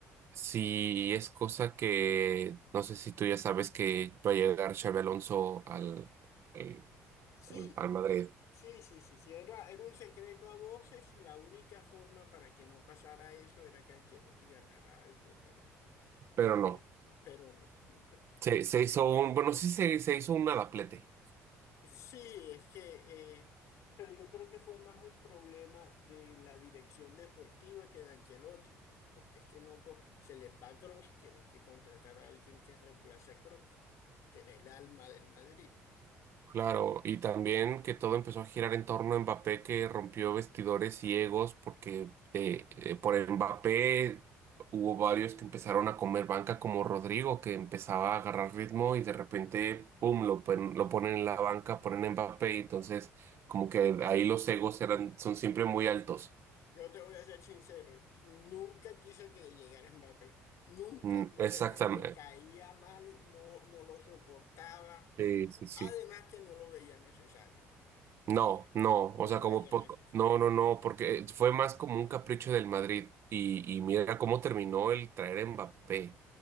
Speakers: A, on the right (about 50°); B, on the left (about 65°).
A: Sí, es cosa que no sé si tú ya sabes que va a llegar Xabi Alonso al, eh,
B: Sí,
A: al, al Madrid,
B: sí, sí, sí, sí. Era, era un secreto a voces. La única forma para que no pasara eso era que Ancelotti ganara algo, pero,
A: pero
B: eh,
A: no.
B: pero no. <laughs>
A: Se, se hizo un, bueno, sí se, se hizo un adaplete.
B: Sí, es que, eh, pero yo creo que fue más un problema de la dirección deportiva que de Ancelotti, porque es que no co- se les va Kroos, tienen que contratar a alguien que reemplace a Kroos, que era el alma del Madrid.
A: Claro, y también que todo empezó a girar en torno a Mbappé, que rompió vestidores ciegos, porque eh, eh, por Mbappé hubo varios que empezaron a comer banca, como Rodrigo, que empezaba a agarrar ritmo y de repente, pum, lo, pon- lo ponen en la banca, ponen a Mbappé, y entonces como que ahí los egos eran, son siempre muy altos.
B: Yo te voy a ser sincero, nunca quise que llegara Mbappé, nunca
A: Mm,
B: quise,
A: exactamente.
B: me, me caía mal, no, no lo soportaba,
A: Sí, sí, sí.
B: además que no lo veía necesario,
A: No,
B: eh,
A: no,
B: no
A: o
B: lo
A: sea, como
B: veía
A: poco.
B: necesario.
A: No, no, no, porque eh, fue más como un capricho del Madrid. Y, y mira cómo terminó el traer a Mbappé.